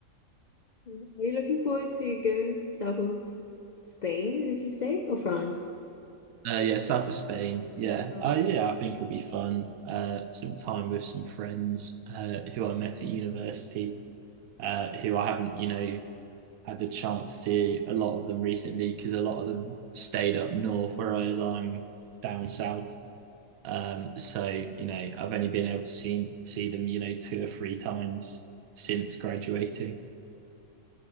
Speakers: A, on the left; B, on the right.
A: Are you looking forward to going to south of Spain, did you say, or France?
B: Uh, yeah, south of Spain. Yeah,
A: Uh,
B: uh, yeah, I think it'll be fun. Uh, some time with some friends uh, who I met at university, uh, who I haven't, you know, had the chance to see a lot of them recently because a lot of them stayed up north, whereas I'm down south. Um, so you know, I've only been able to see see them, you know, two or three times since graduating.